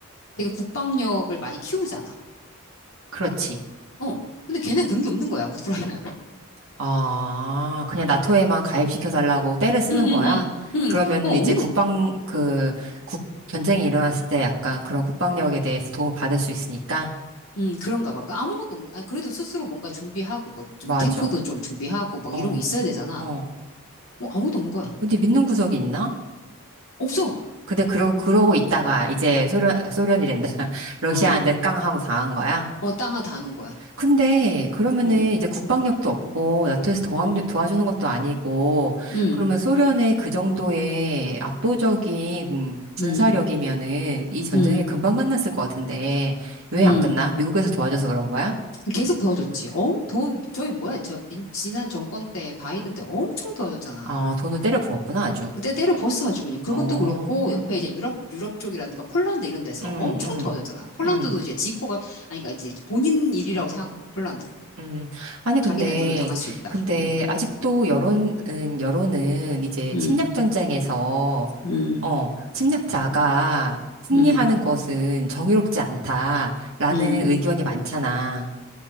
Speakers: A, on the left; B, on the right.
A: 되게 국방력을 많이 키우잖아.
B: 그렇지.
A: 어. 근데 걔는 그런 게 없는 거야, 우크라이나. <laughs>
B: 아, 그냥 나토에만 가입시켜 달라고 떼를 쓰는
A: 응, 응,
B: 거야?
A: 응. 응,
B: 그러면은
A: 어, 없노.
B: 이제 국방, 그, 국, 전쟁이 일어났을 때 약간 그런 국방력에 대해서 도움을 받을 수 있으니까?
A: 응, 그런가 봐. 그러니까 아무것도 없는, 아니, 그래도 스스로 뭔가 준비하고, 뭐, 좀
B: 맞아.
A: 탱크도 좀 준비하고, 막
B: 어,
A: 이런 거 있어야 되잖아.
B: 어.
A: 어, 아무것도 없는 거야.
B: 근데 믿는 구석이 있나?
A: 없어.
B: 근데 그러, 그러고 있다가 이제 소련, 소련이란다. <laughs> 러시아한테
A: 어,
B: 깡하고 당한 거야?
A: 어, 땅 하나 다는 거야.
B: 근데 그러면은
A: 음.
B: 이제 국방력도 없고 나토에서 도와,
A: 음,
B: 도와주는 것도 아니고
A: 음,
B: 그러면 소련의 그 정도의 압도적인 음,
A: 음,
B: 군사력이면은 이 전쟁이
A: 음,
B: 금방 끝났을 것 같은데 왜
A: 음.
B: 안 끝나? 미국에서 도와줘서 그런 거야?
A: 계속 도와줬지. 엄, 돈, 저희 뭐야, 저 민, 지난 정권 때, 바이든 때 엄청 도와줬잖아.
B: 아, 돈을 때려 부었구나 아주.
A: 때 때려 부었어 아주 그냥. 그것도
B: 어,
A: 그렇고, 옆에 이제 유럽, 유럽 쪽이라든가 폴란드 이런 데서
B: 응,
A: 엄청
B: 응,
A: 도와줬잖아. 폴란드도
B: 응.
A: 이제 지코가, 아니, 그러니까 이제 본인 일이라고 생각한 거요 폴란드.
B: 음, 아니, 근데,
A: 자기네들도 당할 수 있다.
B: 근데,
A: 음,
B: 아직도 여론은, 여론은 이제
A: 음,
B: 침략전쟁에서,
A: 음,
B: 어, 침략자가 승리하는
A: 음,
B: 것은 정의롭지 않다라는
A: 음.
B: 의견이 많잖아.